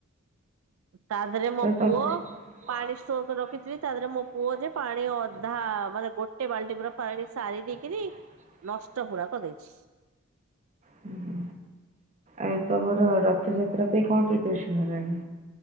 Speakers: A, on the right; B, on the right.
A: ତାର୍ ଦେରେ ମୋ
B: ତ ତମ ତାପରେ
A: ପୁଅ
B: ମୋ
A: ପାଣି
B: ପୁଅ
A: ଷ୍ଟୋର କରି
B: ପାଣି
A: ରଖିଥିଲି
B: ଷ୍ଟକ୍
A: ତା ଦେହରେ
B: ରଖିଛି।
A: ମୋ ପୁଅ
B: ତାପରେ
A: ଯେ ପାଣି
B: ମୋ ପୁଅ
A: ଅଧା
B: ଯେ ପାଣି
A: ମାନେ ଗୋଟେ ବାଲ୍ଟି ପୁରା
B: ଗୋଟେ
A: ପାଣି
B: ବାଲ୍ଟି
A: ସାରି
B: ପୁରା ପାଣି
A: ଦେଇକି କିରି
B: ସାରି ଦେଇକିରି
A: ନଷ୍ଟ ପୁରା କରି ଦେଇଛି।
B: ହୁ ଆଉ ତମର ରଥଯାତ୍ରା ପାଇଁ କଣ ପ୍ରିପାରେସନ ହେଲାଣି।